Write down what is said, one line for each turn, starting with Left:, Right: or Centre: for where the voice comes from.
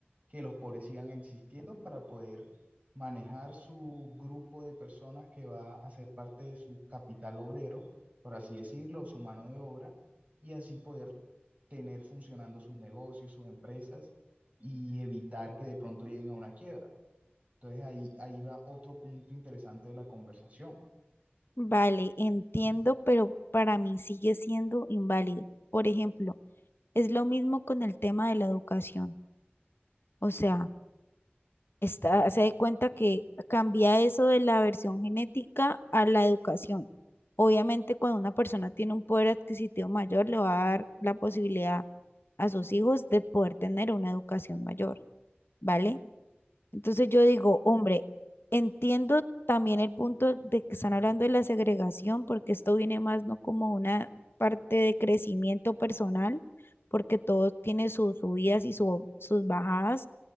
Right: que los pobres sigan existiendo para poder manejar su grupo de personas que va a ser parte de su capital obrero por así decirlo, su mano de obra, y así poder tener funcionando sus negocios, sus empresas y evitar que de pronto lleguen a una quiebra. Entonces ahí, ahí va otro punto interesante de la conversación.
Left: Vale, entiendo, pero para mí sigue siendo inválido. Por ejemplo, es lo mismo con el tema de la educación. O sea, está, se da cuenta que cambia eso de la versión genética a la educación. Obviamente, cuando una persona tiene un poder adquisitivo mayor, le va a dar la posibilidad a sus hijos de poder tener una educación mayor, ¿vale? Entonces yo digo, hombre, entiendo también el punto de que están hablando de la segregación, porque esto viene más no como una parte de crecimiento personal, porque todo tiene sus subidas y su- sus bajadas